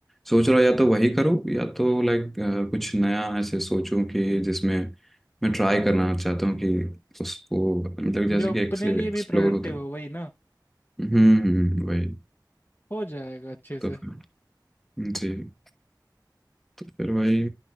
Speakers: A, in the centre; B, on the left.
A: सोच रहा हूँ या तो वही करूँ या तो लाइक कुछ नया ऐसे सोचूं कि जिसमें मैं ट्राई करना चाहता हूँ कि उसको मतलब जैसे
B: जो
A: कि
B: अपने
A: एक से
B: लिए
A: एक्सप्लोर
B: भी प्रोडक्टिव
A: होता है
B: हो वही ना
A: हम्म हम्म, वही
B: हो जाएगा अच्छे से
A: तो फिर जी तो फिर वही